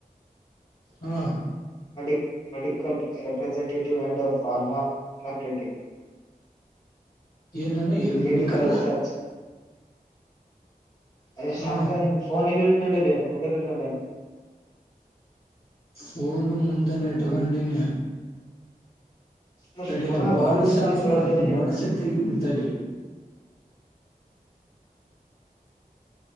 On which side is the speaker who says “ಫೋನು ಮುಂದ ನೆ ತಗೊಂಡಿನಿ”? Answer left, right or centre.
Left